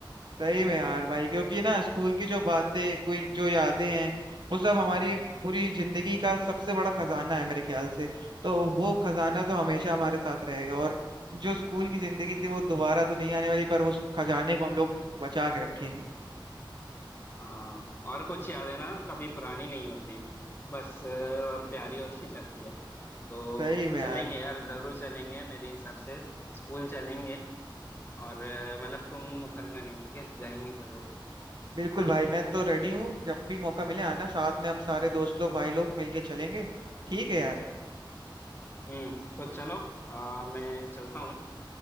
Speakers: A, on the right; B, on the left.
A: सही में यार भाई क्योंकि ना स्कूल की जो बातें कोई जो यादें हैं वो सब हमारी पूरी जिंदगी का सबसे बड़ा खजाना है मेरे ख्याल से तो वो खजाना तो हमेशा हमारे साथ रहेगा और जो स्कूल की जिंदगी थी वो दोबारा तो नहीं आने वाली पर उस खजाने को हम लोग बचा के रखेंगे
B: हाँ और कुछ यादें ना कभी पुरानी नहीं होती बस अ, और प्यारी होती जाती है तो
A: सही में यार
B: चलेंगे यार जरूर चलेंगे मेरे हिसाब से स्कूल चलेंगे और अ, मतलब तुम मुकरना नहीं ठीक है जाएंगे जरूर
A: बिल्कुल भाई मैं तो रेडी हूँ जब भी मौका मिले आना साथ में हम सारे दोस्त लोग भाई लोग मिलके चलेंगे ठीक है यार
B: हम्म तो चलो अ, मैं चलता हूँ